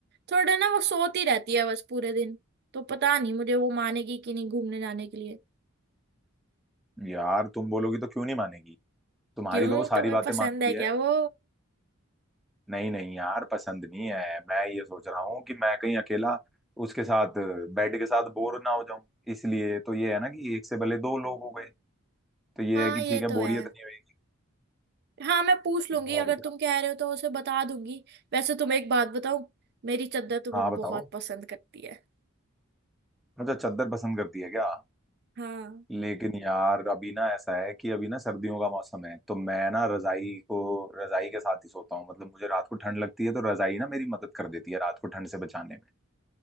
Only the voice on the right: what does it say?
थोड़ा ना वो सोती रहती है बस पूरे दिन तो पता नहीं मुझे वो मानेगी कि नहीं घूमने जाने के लिए
क्यों
तुम्हें
पसंद
है
क्या वो
हाँ
ये
तो है
हाँ मैं पूछ लूंगी
अगर
तुम कह रहे हो तो उसे बता दूंगी वैसे तुम्हें एक बात बताऊं मेरी चादर तुम्हें
बहुत
पसंद करती है
हाँ